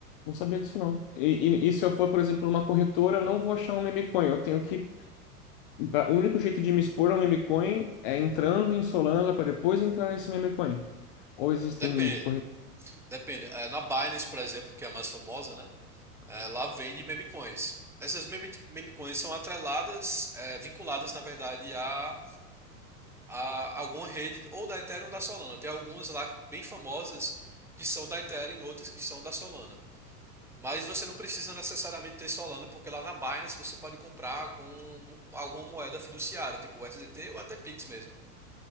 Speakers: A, on the left (about 35°); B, in the centre.
A: Não sabia disso não. E, e- e se eu for, por exemplo, numa corretora, eu não vou achar um meme coin. Eu tenho que. pra- O único jeito de me expor a um meme coin é entrando em Solana para depois entrar nesse meme coin. Ou existem
B: Depende.
A: corretoras.
B: Depende. É, na Binance, por exemplo, que é a mais famosa, né? É, lá vende meme coins. Essas meme, meme coins são atreladas, é, vinculadas, na verdade, a, a alguma rede ou da Ethereum ou da Solana. Tem algumas lá bem famosas que são da Ethereum e outras que são da Solana. Mas você não precisa necessariamente ter Solana, porque lá na Binance você pode comprar com alguma moeda fiduciária, tipo USDT ou até Pix mesmo.